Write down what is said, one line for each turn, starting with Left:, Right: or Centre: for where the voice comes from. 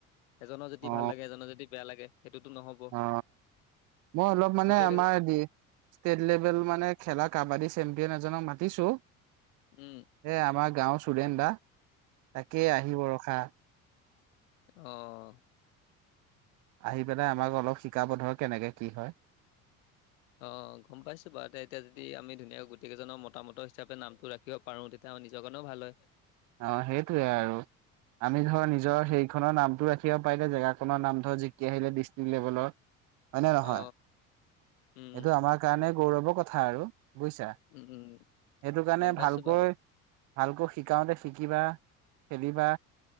Left: এজনৰ যদি
Right: অ
Left: ভাল লাগে এজনৰ যদি বেয়া লাগে। সেইটোতো নহ'ব
Right: অ মই অলপ মানে
Left: গোটেই কেই
Right: আমাৰ ষ্টেট লেভেল মানে খেলাক কাবাডী চেম্পিয়ন এজনক মাতিছো
Left: উম
Right: এ আমাৰ গাঁওৰ চুৰেন দা তাকে আহিব ৰখা
Left: অহ
Right: আহি পেলাই আমাক অলপ শিকাব ধৰ কেনেকে কি হয়।
Left: অ গম পাইছো বাৰু এতিয়া এতিয়া যদি আমি ধুনীয়াকে গোটেই কেইজনৰ মতামত হিচাপে নামটো ৰাখিব পাৰো তেতিয়া নিজৰ কাৰণেও ভাল হয়।
Right: অ সেইটোয়ে আৰু আমি ধৰ নিজৰ সেইখনৰ নাম ৰাখিব পাৰিলে জেগাখনৰ নাম ধৰ জিকি আহিলে ডিষ্ট্ৰিক্ট লেভেলৰ হয় নে নহয়
Left: অ উম
Right: এইটো আমাৰ কাৰণে গৌৰৱৰ কথা আৰু বুজিছা
Left: উম উম উম
Right: সেইটো কাৰণে
Left: গম পাইছো
Right: ভালকৈ
Left: বাৰু দে
Right: ভালকৈ শিকাওঁতে শিকিবা, খেলিবা